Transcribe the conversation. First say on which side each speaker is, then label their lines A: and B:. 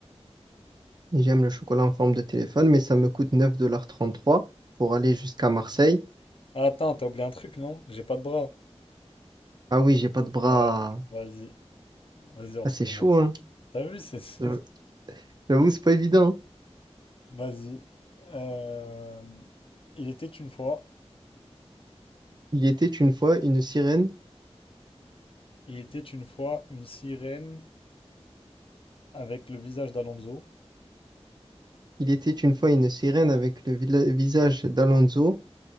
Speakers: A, on the right (about 40°); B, on the left (about 55°).
A: J'aime le chocolat en forme de téléphone, mais ça me coûte neuf dollars trente-trois pour aller jusqu'à Marseille.
B: Ah, Attends, t'as oublié un truc, non? J'ai pas de bras.
A: Ah oui, j'ai pas de bras.
B: Ouais, vas-y. Vas-y, on recommence.
A: Ah, c'est chaud, hein.
B: T'as vu, c'est... <laughs>
A: Je- J'avoue, c'est pas évident. hein.
B: Vas-y. Euh, Il était une fois.
A: Il était une fois une sirène.
B: Il était une fois une sirène avec le visage d'Alonso.
A: Il était une fois une sirène avec le vila- visage d'Alonso